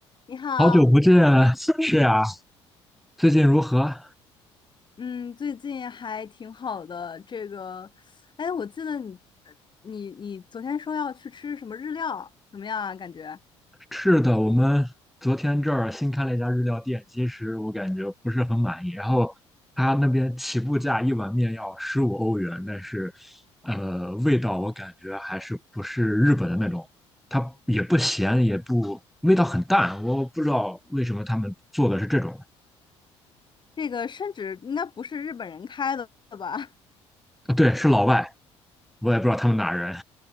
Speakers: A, on the left (about 30°); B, in the centre.
A: 你好，
B: 好久不见啊，<laughs> 是呀，最近如何？
A: 嗯，最近还挺好的。这个，哎，我记得你，你，你昨天说要去吃什么日料，怎么样啊？感觉
B: 是的，我们昨天这儿新开了一家日料店，其实我感觉不是很满意。然后他那边起步价一碗面要十五欧元，但是呃，味道我感觉还是不是日本的那种，它也不咸，也不，味道很淡。我不知道为什么他们做的是这种。
A: 这个甚至应该不是日本人开的吧？
B: 啊对，是老外，我也不知道他们哪人。